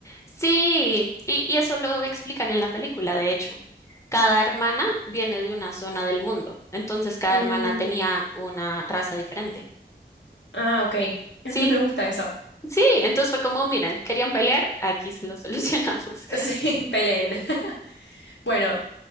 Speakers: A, on the left; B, on the left.
A: Sí, y, y eso lo explican en la película, de hecho. Cada hermana viene de una zona del mundo, entonces cada
B: Mm.
A: hermana tenía una raza diferente.
B: Ah, ok. <laughs>
A: Sí,
B: Me gusta eso.
A: sí, entonces fue como, miren, querían pelear, aquí se lo <laughs> solucionamos.
B: <laughs> Sí, peleen. <laughs> Bueno,